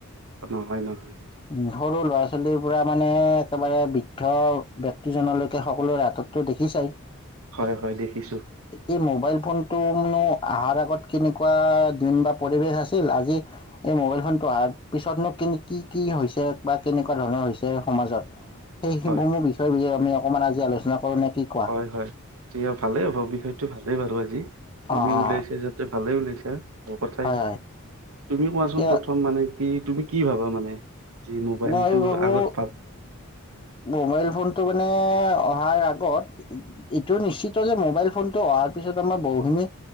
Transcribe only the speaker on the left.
উম সৰু ল'ৰা ছোৱালী পুৰা মানে একেবাৰে বৃদ্ধ ব্যক্তিজনলৈকে সকলোৰে হাততো দেখি চায়।
এই মোবাইল ফোনটোনো অহাৰ আগত কেনেকুৱা দিন বা পৰিৱেশ আছিল, আজি এই মোবাইল ফোনটো অহাৰ পিছতনো কিন কি কি হৈছে বা কেনেকুৱা ধৰণৰ হৈছে সমাজত। সেইহে
মোৰ বিষয়ে বিয়ে আমি অকমান আজি আলোচনা নে কি কোৱা?
অ',
অ',
হয় হয়।
এতিয়া
মই ভাবোঁ
মোবাইল ফোনটো মানে অহাৰ আগত, এইটো নিশ্চিত যে মোবাইল ফোনটো অহাৰ পিছত আমাৰ বহুখিনি